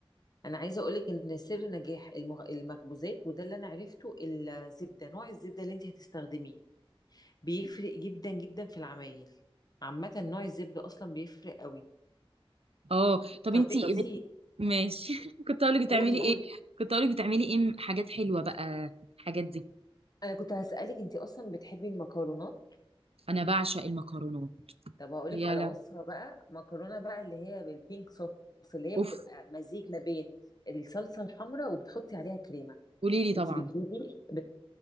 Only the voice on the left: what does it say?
انا عايزه اقول لك ان سر نجاح المغ... المخبوزات وده اللي انا عرفته الزبده نوع الزبده اللي انت هتستخدميه بيفرق جدا جدا في العمايل عامه نوع الزبده اصلا بيفرق قوي
طب
انت
قولي قولي
انا كنت هسالك انت اصلا بتحبي المكرونات
طب هقولك
على
وصفة بقى مكرونة بقى اللي هي بالبينك صوص اللي هي
بتبقى مزيج ما بين الصلصة الحمراء وبتحطي عليها كريمة
انت بتجيبي